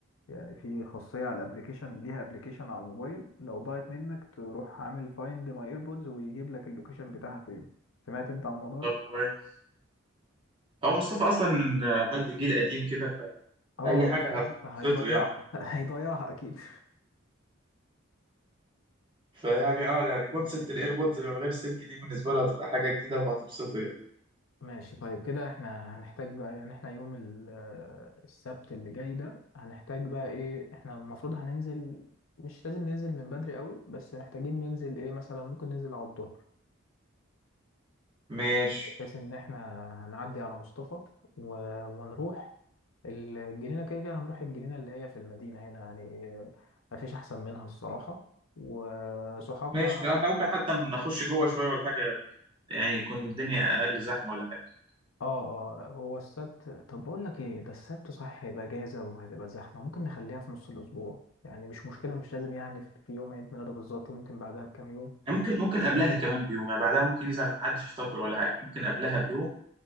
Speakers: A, on the left (about 75°); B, on the right (about 25°).
A: يعني في خاصية على الابليكيشن ليها ابليكيشن على الموبايل لو ضاعت منك تروح عامل فايند ماي ايربودز ويجيب لك اللوكيشن بتاعها فين سمعت انت عن الموضوع
B: طب
A: ده
B: كويس هو مصطفى اصلا من حد جيل قديم كده
A: اه
B: فاي حاجه
A: جيل قديم فهيضيعها
B: هتبسطه يعني
A: <laughs> هيضيعها اكيد
B: فيعني اه يعني كونسبت
A: <laughs>
B: الايربودز اللي من غير سلك دي بالنسبه له هتبقى حاجه جديده وهتبسطه يعني
A: ماشي طيب كده احنا هنحتاج بقى يعني احنا يوم ال- آه، السبت اللي جاي ده هنحتاج بقى ايه احنا المفروض هننزل مش لازم ننزل من بدري قوي بس محتاجين ننزل ايه مثلا ممكن ننزل على الظهر
B: ماشي
A: بحيث ان احنا هنعدي على مصطفى و... ونروح الجنينة كده كده هنروح الجنينة اللي هي في المدينة هنا يعني آه، مفيش احسن منها الصراحة وصحابنا
B: ماشي ده احنا ممكن حتى نخش جوه شويه ولا حاجه يعني يكون الدنيا اقل زحمه ولا حاجه
A: اه اه هو السبت طب بقول لك ايه ده السبت صحيح هيبقى اجازه وهتبقى زحمه ممكن نخليها في نص الاسبوع يعني مش مشكله مش لازم يعني في يوم عيد ميلاده بالظبط وممكن بعدها بكام يوم
B: يعني ممكن ممكن قبلها كمان بيوم يعني بعدها ممكن يزعل ان محدش يفتكر ولا حاجه ممكن قبلها بيوم